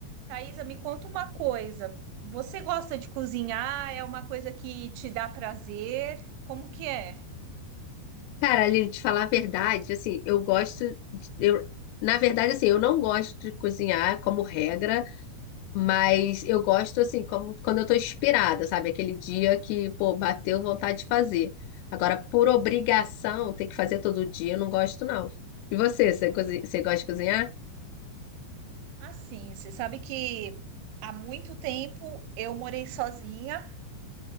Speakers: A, on the right; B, on the left.
A: Thaisa, me conta uma coisa. Você gosta de cozinhar? É uma coisa que te dá prazer? Como que é?
B: Cara, Aline, te falar a verdade, assim, eu gosto. de- Eu, na verdade, assim, eu não gosto de cozinhar como regra, mas eu gosto, assim, como, quando eu tô inspirada, sabe? Aquele dia que, pô, bateu vontade de fazer. Agora, por obrigação, ter que fazer todo dia, eu não gosto, não. E você, você, cozi- você gosta de cozinhar?
A: Assim, você sabe que há muito tempo eu morei sozinha